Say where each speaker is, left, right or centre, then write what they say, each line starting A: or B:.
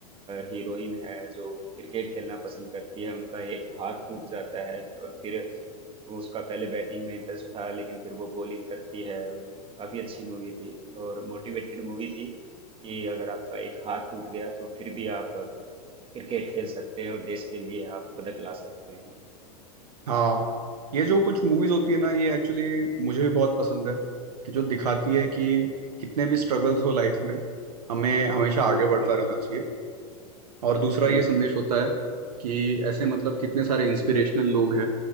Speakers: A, on the right (about 25°); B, on the right (about 75°).
A: हीरोइन है जो क्रिकेट खेलना पसंद करती है उनका एक हाथ टूट जाता है और फिर वो उसका पहले बैटिंग में इंटरेस्ट था लेकिन फिर वो बॉलिंग करती है और काफी अच्छी मूवी थी और मोटिवेटेड मूवी थी कि अगर आपका एक हाथ टूट गया तो फिर भी आप क्रिकेट खेल सकते हैं और देश के लिए आप पदक ला सकते हैं
B: हाँ ये जो कुछ मूवीज होती है ना
A: हम्म
B: ये एक्चुअली मुझे भी बहुत पसंद है कि जो दिखाती है कि
A: हम्म
B: कितने भी स्ट्रगल्स हो लाइफ में हमें हमेशा आगे बढ़ता
A: हाँ हाँ
B: रहना चाहिए और दूसरा
A: हम्म
B: ये संदेश
A: हम्म
B: होता है कि ऐसे मतलब कितने सारे इंस्पिरेशनल लोग हैं